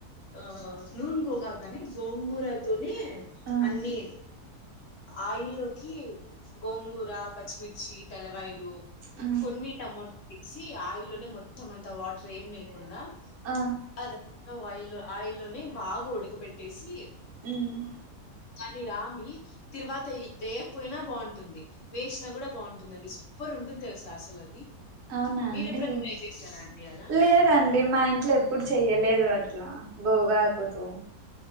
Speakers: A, on the left (about 60°); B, on the right (about 55°).
A: ఆ నూన్ గోగాకు అని గోంగూర తోనే
B: ఆ
A: అన్ని ఆయిల్ లోకి గోంగూర కూ పచ్చిమిర్చి తలవైలు
B: ఆ
A: కొన్ని టమో వేసి ఆయిల్నే మొత్తం అంత వాటర్ ఏం లేయకుండా
B: ఆ
A: అదంతా ఆయి ఆయిల్లోనే బాగా ఉడకబెట్టేసి
B: ఉమ్
A: అది రామి తిరువాత వేయకపోయినా బాగుంటుంది వేసినా కూడా బాగుంటుందండి సూపర్ ఉంటుంది తెలుసు అసలు అది
B: అవునాండి
A: మీరు ఎప్పుడైనా ట్రై చేశారా అండి అలా
B: లేదండి మా ఇంట్లో ఎప్పుడు చెయ్యలేదు వాట్లా గో బ్యాకు తూ